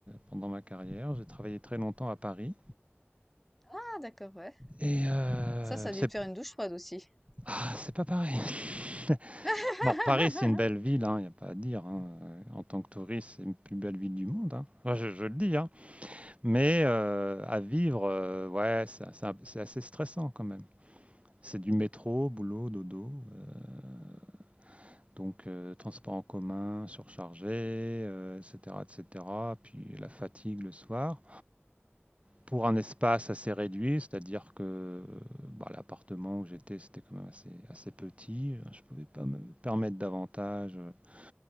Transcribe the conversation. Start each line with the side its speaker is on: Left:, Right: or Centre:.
Right: pendant ma carrière, j'ai travaillé très longtemps à Paris
Centre: Ah d'accord, ouais.
Right: et heu,
Centre: Ça, ça
Right: c'est
Centre: a dû te faire une douche froide aussi.
Right: ah, c'est pas pareil. <laughs>
Centre: <laughs>
Right: Bon, Paris, c'est une belle ville, hein, il y a pas à dire, hein, en tant que touriste, c'est une plus belle ville du monde, hein. Moi, je je le dis, hein, mais heu, à vivre, heu, ouais, c'est c'est un c'est assez stressant quand même. C'est du métro, boulot, dodo, heu Donc, euh, transport en commun surchargé, euh, etc., etc., puis la fatigue le soir. Pour un espace assez réduit, c'est-à-dire que euh, bah, l'appartement où j'étais, c'était quand même assez, assez petit. Euh, Je ne pouvais pas me permettre davantage euh,